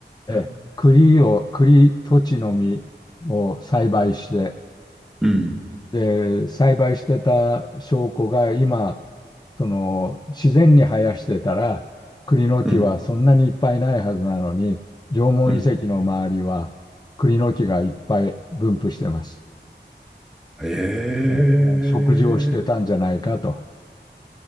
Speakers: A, on the left (about 25°); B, in the centre.
A: え、
B: あ、
A: 栗を、栗、土地の実を栽培して、
B: うん。
A: で、栽培してた証拠が今、その、自然に生やしてたら、栗の木はそんなにいっぱいないはずなのに、
B: うん。
A: 縄文遺跡の周りは栗の木がいっぱい分布してます。
B: うん。え
A: ええ、食事をしてたんじゃないかと。
B: え